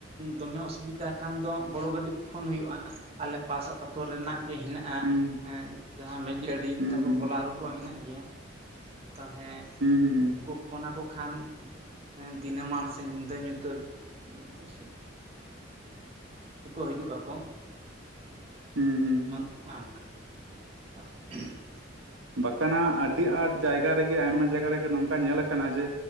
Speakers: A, on the right; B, on the right.
A: ᱫᱚᱢᱮ ᱚᱥᱩᱵᱤᱫᱟ ᱠᱷᱟᱱ ᱫᱚ ᱵᱚᱲᱚ ᱜᱟᱹᱰᱤ ᱯᱷᱳᱱ ᱦᱩᱭᱩᱜᱼᱟ᱾ ᱟᱞᱮ ᱯᱟᱥ ᱟᱛᱳ ᱨᱮᱱᱟᱜ ᱜᱮ ᱦᱮᱱᱟᱜ
B: ᱦᱩᱸ
A: ᱟ᱾ᱡᱟᱦᱟᱸ ᱢᱮᱪ ᱜᱟᱹᱰᱤ
B: ᱦᱩᱸ
A: ᱛᱟᱯᱚᱨ
B: ᱦᱩᱸ
A: ᱵᱚᱞᱟᱨᱩ
B: ᱦᱩᱸ
A: ᱠᱚ ᱦᱮᱱᱟᱜ ᱜᱮᱭᱟ ᱾ᱛᱟᱞᱦᱮ
B: ᱦᱩᱸ ᱦᱩᱸᱸ᱾
A: ᱩᱱᱠᱩ ᱯᱷᱳᱱᱠᱚ ᱠᱷᱟᱱ ᱫᱤᱱᱟᱹᱢᱟᱱ ᱥᱮ ᱧᱤᱫᱟᱹ ᱧᱩᱛᱟᱹᱛ ᱟ <inaudible> ᱠᱚ ᱦᱤᱡᱩᱜ ᱟᱠᱚ᱾
B: ᱦᱩᱸ ᱦᱩᱸ ᱦᱩᱸ᱾
A: ᱱᱚᱭ ᱱᱚᱠᱟ᱾ <unintelligible>
B: ᱵᱟᱠᱷᱟᱱ ᱟᱹᱰᱤ ᱟᱸᱴ ᱡᱟᱭᱜᱟ ᱨᱮᱜᱮ ᱟᱭᱢᱟ ᱡᱟᱭᱜᱟ ᱨᱮᱜᱮ ᱱᱚᱝᱠᱟ ᱧᱮᱞᱟ ᱟᱠᱟᱱᱟ ᱾ᱡᱮ